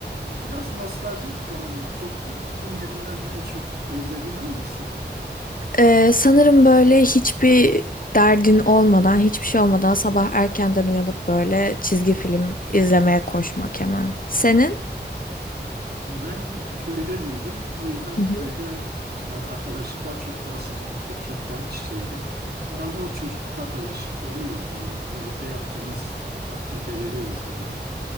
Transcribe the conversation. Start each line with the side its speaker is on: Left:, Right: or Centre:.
Right: Biraz nostalji yapalım. Çocukluk rutinlerinden en çok özlediğin hangisi?
Left: Ee, sanırım böyle hiçbir derdin olmadan, hiçbir şey olmadan sabah erkenden uyanıp böyle çizgi film izlemeye koşmak hemen. Senin?
Right: Ben köyde büyüdüm. O yüzden
Left: Hı hı.
Right: köyde e, arkadaşlıklar çok daha sıcaktı, çok daha iç içeydi. Herhalde o çocukluk arkadaşlıklarını özlüyorum. Birlikte yaptığımız aktiviteleri özlüyorum.